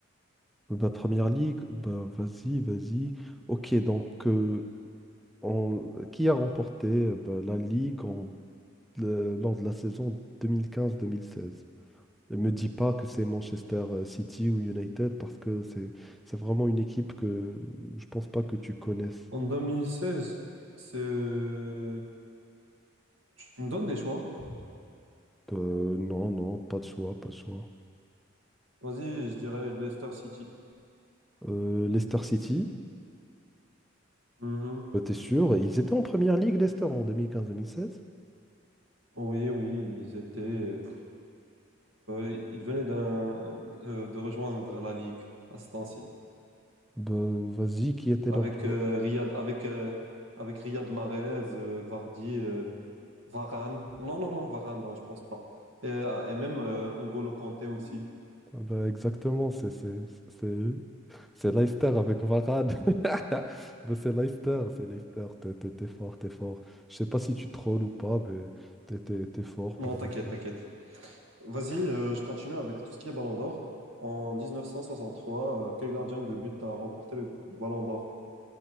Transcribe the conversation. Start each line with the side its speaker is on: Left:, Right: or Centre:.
Centre: Bah, première ligue, bah, vas-y, vas-y. Ok, donc euh, en- qui a remporté euh, ben, la Ligue en- le- lors de la saison deux deux mille quinze mille seize? Ne me dis pas que c'est Manchester euh, City ou United parce que c'est c'est vraiment une équipe que je pense pas que tu connaisses.
Right: En 2016, c'est... Tu me donnes des choix?
Centre: Euh, non, non, pas de choix, pas de choix.
Right: Vas-y, je dirais Leicester City.
Centre: Euh, Leicester City,
Right: Mhm.
Centre: bah, t'es sûr? Ils étaient en première ligue, Leicester, en 2015-2016.
Right: Oui, oui, ils étaient... euh, euh, ils venaient d'un, euh, de rejoindre la Ligue à ce temps-ci.
Centre: Bah, vas-y, qui était
Right: Avec,
Centre: leur joueur?
Right: euh, Riyad, avec, euh, avec Riyad Mahrez, euh, Vardy, euh, Varane. Non, non, non, Varane, non, je pense pas. Et, euh, et même euh, N'Golo Kanté aussi.
Centre: Ah bah, exactement, c'est c'est- c'est- c'est Leicester avec Varane. <laughs> mais c'est Leicester, c'est Leicester, t'es t'es- t'es fort, t'es fort. Je sais pas si tu trolls ou pas, mais t'es t'es- t'es fort
Right: Non,
Centre: pour
Right: t'inquiète,
Centre: l'instant.
Right: t'inquiète. Vas-y, euh, je continue avec tout ce qui est Ballon d'Or. En 1963, euh, quel gardien de but a remporté le, le Ballon d'Or?